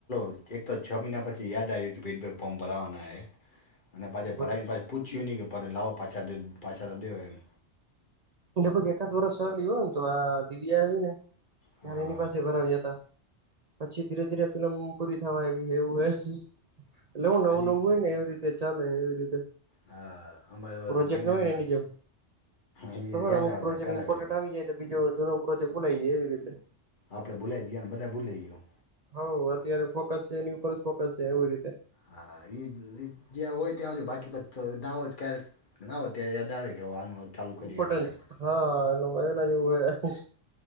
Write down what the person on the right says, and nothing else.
બરોબર.
<unintelligible> એકાદ વર્ષ લીવ હોય ને તો આ દિવ્યા આવી ને. ત્યારે
એની પાસે ભરાવ્યા હતા. પછી ધીરે ધીરે ફિલમ પૂરી થવા આઈવી એવું હોય એટલે હો નવું
નવું હોય ને એવી રીતે. ચાલે એવી રીતે.
પ્રોજેક્ટ
ન હોય ને એની જેમ
ખબર
અમુકોજેક્ટઇમ્પર્ન્ટ
આવી જાય તો બીજો જૂનો પ્રોજેક્ટ ભુલાઈય એ રીતે.
હ અત્યારે ફોકસ છે એની ઉપર જ ફોકસ છે એવી રીતે.
ઇમ્પોર્ટન્સ
હા એલે મલા જેવું હ.